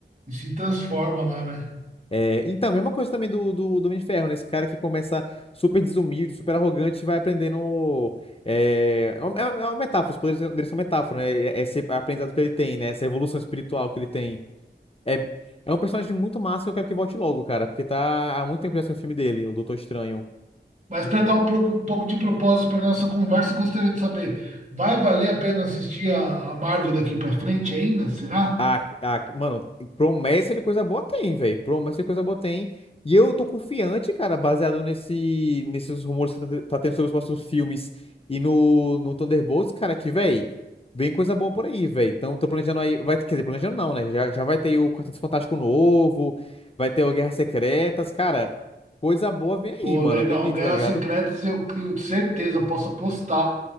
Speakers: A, on the right (about 40°); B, on the left (about 30°).
A: e se transforma lá, né?
B: É, então, mesma coisa também do, do, do Homem de Ferro, né? Esse cara que começa super desumilde, super arrogante, e vai aprendendo. É, é uma é uma metáfora, os poderes dele são metáfora, né? É, é Esse aprendizado que ele tem, né? Essa evolução espiritual que ele tem. É, é um personagem muito massa que eu quero que volte logo, cara, porque tá há muito tempo já sem o filme dele, o Doutor Estranho.
A: Mas para dar um, procu- um pouco de propósito para nossa conversa, eu gostaria de saber, vai valer a pena assistir a, a Marvel daqui para frente ainda? Será?
B: Ah, ah, mano, promessa de coisa boa tem, velho. Promessa de coisa boa tem. E eu tô confiante, cara, baseado nesse, nesses rumores que tá, te- tá tendo sobre os próximos filmes e no, no Thunderbolts, cara, que, velho, vem coisa boa por aí, velho. Então, tô planejando aí. Vai, quer dizer, planejando não, né? Já, já vai ter o Quarteto Fantástico novo, vai ter o Guerras Secretas, cara. Coisa boa vem aí,
A: Pô,
B: mano.
A: legal.
B: eu Acredito,
A: Guerras
B: tá ligado?
A: Secretas eu tenho certeza, posso apostar